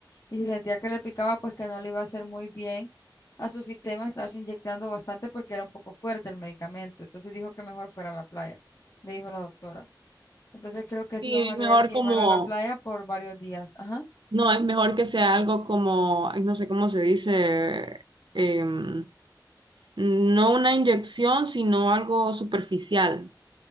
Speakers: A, on the left; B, on the right.
A: y si sentía que le picaba, pues que no le iba a hacer muy bien a su sistema estarse inyectando bastante porque era un poco fuerte el medicamento. Entonces dijo que mejor fuera a la playa, le dijo la doctora. Entonces creo que
B: Sí,
A: sí vamos
B: es
A: a tener
B: mejor
A: que
B: como,
A: llevarla a la playa por varios días. Ajá.
B: no, es mejor que sea algo como, ay, no sé cómo se dice, em, no una inyección, sino algo superficial,